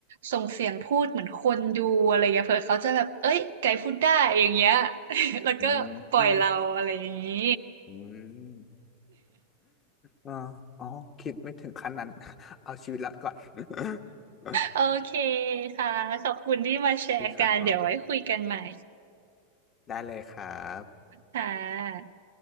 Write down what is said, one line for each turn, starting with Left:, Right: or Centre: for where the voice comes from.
Right: ส่งเสียงพูดเหมือนคนดูอะไรอย่างเงี้ยเผื่อเขาจะแบบเอ้ยไก่พูดได้อย่างเงี้ย <laughs> แล้วก็ปล่อยเราอะไรอย่างงี้
Left: อืมอืมอืมอ๋ออ๋อคิดไม่ถึงขั้นนั้น <laughs> เอาชีวิตรอดก่อน <laughs>
Right: โอเคค่ะขอบคุณที่มาแชร์กันเดี๋ยวไว้คุยกันใหม่
Left: โอเคครับผมได้เลยครับ
Right: ค่ะ